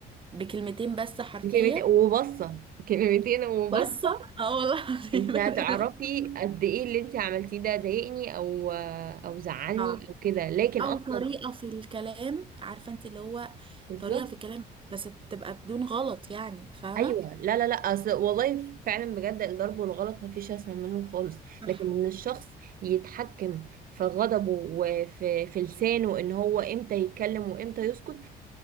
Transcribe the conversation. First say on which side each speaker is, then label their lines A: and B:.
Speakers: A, on the right; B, on the right.
A: بكلمتين بس حرفيا
B: كلمتين وبصة كلمتين وبصة
A: بس <laughs> اه والله العظيم
B: انت
A: <laughs> أنا-
B: هتعرفي قد ايه اللي انت عملتيه ده ضايقني او او زعلني
A: صعب.
B: او كده لكن
A: او
B: اصلا
A: طريقه في الكلام عارفه انت اللي هو
B: بالظبط
A: طريقه في الكلام بس تبقى بدون غلط يعني فاهمه
B: ايوه لا لا لا أصل والله فعلا بجد الضرب والغلط مفيش اسهل منه خالص
A: صح
B: لكن ان الشخص يتحكم في غضبه وفي في لسانه ان هو امتى يتكلم وامتى يسكت